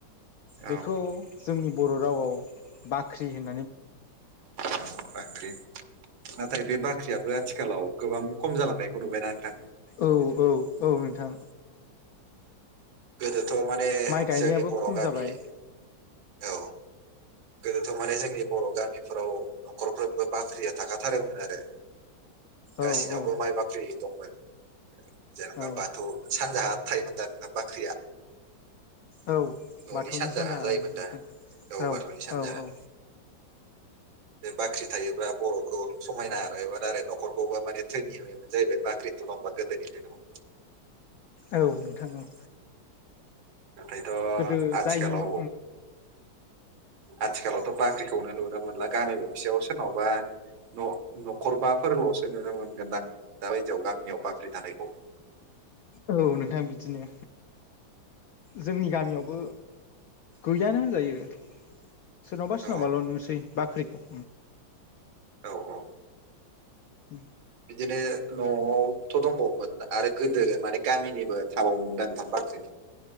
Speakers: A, on the right (about 85°); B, on the left (about 85°).
A: औ
B: बेखौ जोंनि बर' रावाव बाख्रि होन
A: औ बाख्रि नाथाय बे बाख्रियाबो आथिखालाव गोबां खम जालांनायखौ नुबायना नोंथां।
B: औ औ औ नोंथां
A: गोदोथ' माने
B: माइ गायनायाबो
A: जोंनि बर'
B: खम
A: गामि
B: जाबाय
A: औ गोदोथ' माने जोंनि बर' गामिफोराव न'खरफ्रोमबो बाख्रिया थाखाथारोमोन आरो
B: औ
A: गाससिनावबो
B: औ
A: माइ बाख्रि दंमोन जेनेबा
B: औ
A: बाथौ सानजाहा थायोमोन दा नों बाख्रिया
B: औ
A: न'नि
B: बाथौनि
A: सानजाहा
B: सानजा
A: जायोमोन
B: औ नोंथां
A: दा
B: औ
A: बाथौनि सानजाहा
B: औ औ
A: बाख्रि थायोबा बर'खौ समायना होोमोन आरो न'खरखौबो माने ्रेनिंयोन जाहैबाय बाख्रि थुलांबा नि ज न
B: औ नोंथांाव
A: नाथायथ'
B: गोदो
A: आथिखालाव
B: जायनिनो
A: आथिखालावथ' बाख्रिखौनो नुनो मोनला गामि गंसेयाव सोरनावबा न न'खरबाफोरल'सो नुनो मोनगोनदां दा बायदियाव गामियाव बाख्रि थानायखौ
B: औ नोंथां बिदिनो। जोंनि गामियावबो गैयानो होनजायो। सोरनावबा सोरनावबाल'
A: औ
B: नुसै बाख्रिखौ।
A: औ औ
B: उ
A: बिदिनो न'आवथ' दंबावोमोन आरो गोदो माने गामिनिबो थाबावोम दांथाम बाख्रि